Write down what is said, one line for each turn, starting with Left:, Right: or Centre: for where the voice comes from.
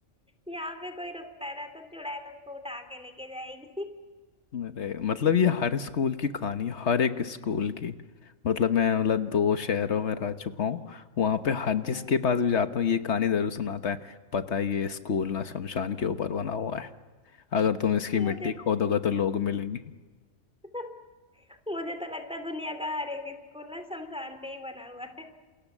Centre: यहाँ पे कोई रुकता है ना तो चुड़ैल उसको उठा के लेके जाएगी
Left: अरे मतलब ये हर स्कूल की कहानी हर एक स्कूल की मतलब मैं मतलब दो शहरों में रह चुका हूँ वहाँ पे हर
Centre: <laughs> हम्म
Left: जिसके पास भी जाता हूँ ये कहानी ज़रूर सुनाता है पता है ये स्कूल ना शमशान के ऊपर बना हुआ है अगर तुम
Centre: <laughs>
Left: इसकी
Centre: मुझे
Left: मिट्टी खोदोगे तो लोग मिलेंगे
Centre: <laughs> मुझे तो लगता है दुनिया का हर एक स्कूल ना शमशान पे ही बना हुआ है